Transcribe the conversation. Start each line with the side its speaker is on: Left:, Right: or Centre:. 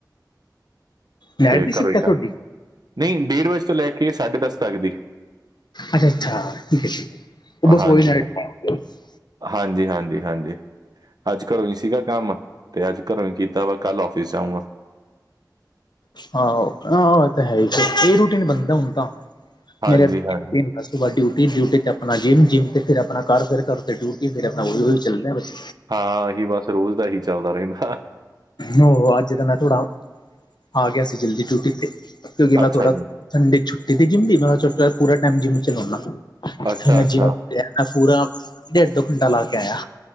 Left: ਨੈਟ
Right: ਤੇ
Left: ਦੀ
Right: ਘਰੋ
Left: ਸ਼ਿਫਟ
Right: ਈ
Left: ਹੈ ਤੁਹਾਡੀ
Right: ਘਰ ਨਈਂ ਡੇਢ ਵਜੇ ਤੋਂ ਲੈ ਕੇ ਸਾਢੇ ਦਸ ਤੱਕ ਦੀ।
Left: ਅੱਛਾ ਅੱਛਾ, ਠੀਕ ਐ ਜੀ, ਉਹ ਬਸ
Right: ਹਾਂਜੀ
Left: ਉਹਹੀ <unintelligible>
Right: ਹਾਂਜੀ ਹਾਂਜੀ ਹਾਂਜੀ, ਅੱਜ ਘਰੋਂ ਈ ਸੀਗਾ ਕੰਮ ਤੇ ਅੱਜ ਘਰੋਂ ਹੀ ਕੀਤਾ ਵਾ ਕੱਲ ਆਫਿਸ ਜਾਊਂਂਗਾ।
Left: ਆਹੋ ਆਹ ਤਾਂ ਹੈ ਹੀ ਇਹ ਰੂਟੀਨ ਬਣਦਾ ਹੁਣ ਤਾਂ
Right: ਹਾਂਜੀ,
Left: ਮੇਰੇ
Right: ਹਾਂਜੀ
Left: <inaudible> ਉਸ ਤੋਂ ਬਾਅਦ ਡਿਊਟੀ, ਡਿਊਟੀ ਤੇ ਆਪਣਾ ਜਿੰਮ, ਜਿੰਮ ਤੇ ਫਿਰ ਆਪਣਾ ਕਰ ਫਿਰ ਘਰ ਤੇ ਡਿਊਟੀ ਫਿਰ ਆਪਣਾ ਉਹੀ-ਉਹੀ ਚੱਲਦੇ ਬਸ।
Right: ਹਾਂ ਆਹੀ ਬਸ, ਰੋਜ਼ ਦਾ ਏਹੀ ਚੱਲਦਾ ਰਹਿੰਦਾ।
Left: ਹੋ ਅੱਜ ਤਾਂ ਮੈਂ ਥੋੜਾ ਆ ਗਿਆ ਸੀ ਜਲਦੀ ਡਿਊਟੀ ਤੇ ਕਿਉਂਕਿ
Right: ਅੱਛਾ
Left: ਮੈਂ ਥੋੜਾ
Right: ਜੀ,
Left: ਸੰਡੇ ਛੁੱਟੀ ਤੇ ਜਿੰਮ ਦੀ, ਮੈਂ ਛੋਟ ਪੂਰਾ ਟਾਈਮ ਜਿੰਮ ਚ ਲਾਉਂਣਾ ਫਿਰ
Right: ਅੱਛਾ,
Left: ਮੈਂ
Right: ਅੱਛਾ
Left: ਜਿੰਮ ਤੇ ਮੈਂ ਪੂਰਾ ਡੇਢ ਦੋ ਘੰਟਾ ਲਾ ਕੇ ਆਇਆ।